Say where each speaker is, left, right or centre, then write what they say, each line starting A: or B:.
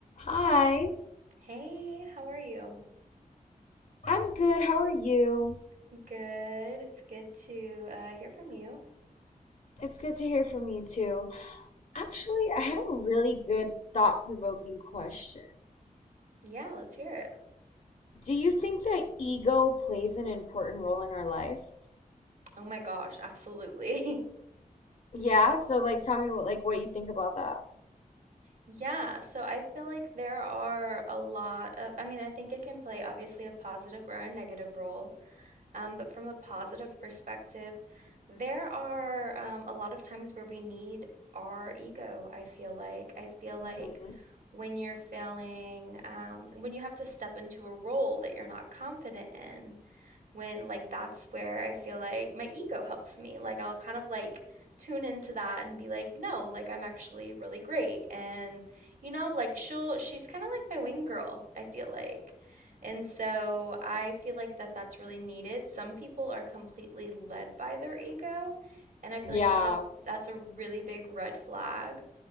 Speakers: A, on the left; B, on the right.
A: Hi,
B: Hey, how are you?
A: I'm good. How are you?
B: Good. It's good to uh, hear from you.
A: It's good to hear from you too. Actually, I had a really good thought-provoking question.
B: Yeah, let's hear it.
A: Do you think that ego plays an important role in our life?
B: Oh my gosh, absolutely. <laughs>
A: Yeah, so like tell me what like what you think about that.
B: Yeah, so I feel like there are a lot of, I mean, I think it can play obviously a positive or a negative role. Um, but from a positive perspective, there are um, a lot of times where we need our ego, I feel like. I feel
A: hmm
B: like when you're feeling, um, when you have to step into a role that you're not confident in. when like that's where I feel like my ego helps me. Like I'll kind of like tune into that and be like, no, like I'm actually really great. And you know, like she'll she's kind of like my wing girl, I feel like. And so I feel like that that's really needed. Some people are completely led by their ego, and I feel
A: Yeah,
B: like that's a that's a really big red flag